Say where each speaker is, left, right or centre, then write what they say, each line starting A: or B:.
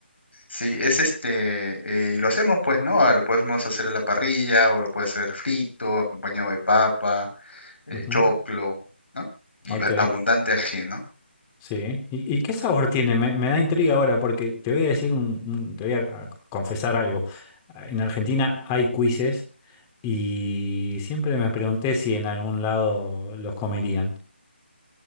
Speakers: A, on the left; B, on the left.
A: Sí, es este, eh, y lo hacemos pues, ¿no? Ah, Lo podemos hacer a la parrilla o lo puede ser frito, acompañado de papa, eh,
B: Ujú.
A: choclo, ¿no? Y
B: Ok.
A: ba- abundante ajeno.
B: Sí, ¿Y, y qué sabor tiene? Me, me da intriga ahora porque te voy a decir un, un- te voy a, a confesar algo. En Argentina hay quizzes y siempre me pregunté si en algún lado los comerían.